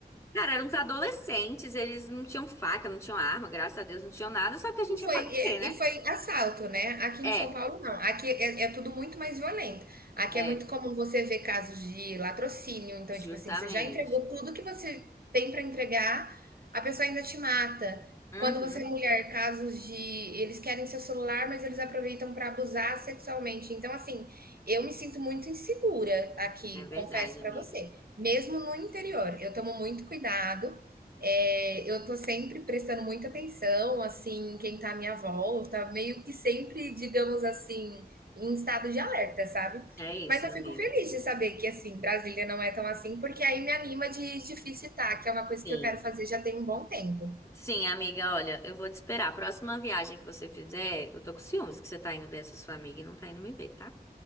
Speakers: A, on the left; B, on the right.
A: Cara, eram uns adolescentes, eles não tinham faca, não tinham arma, graças a Deus não tinham nada, só que a gente
B: E
A: ia
B: foi
A: fazer o
B: e
A: quê, né?
B: e foi assalto, né. Aqui
A: É,
B: em São Paulo não, aqui é é tudo muito mais violento. Aqui
A: é,
B: é muito comum você ver casos de latrocínio, então,
A: justamente.
B: tipo assim, você já entregou tudo que você tem para entregar, a pessoa ainda te mata.
A: Uhum,
B: Quando você é mulher, casos de eles querem seu celular, mas eles aproveitam para abusar sexualmente. Então, assim, eu me sinto muito insegura aqui,
A: é verdade,
B: confesso
A: amiga.
B: para você, mesmo no interior. Eu tomo muito cuidado, é, eu tô sempre prestando muita atenção, assim, em quem tá à minha volta, meio que sempre, digamos assim, em estado de alerta, sabe.
A: É isso,
B: Mas eu
A: amiga.
B: fico feliz de saber que, assim, Brasília não é tão assim, porque aí me anima de de visitar, que é uma coisa
A: Sim.
B: que eu quero fazer já tem um bom tempo.
A: Sim, amiga, olha, eu vou te esperar. A próxima viagem que você fizer, eu tô com ciúmes que você tá indo ver essa sua amiga e não tá indo me ver, tá?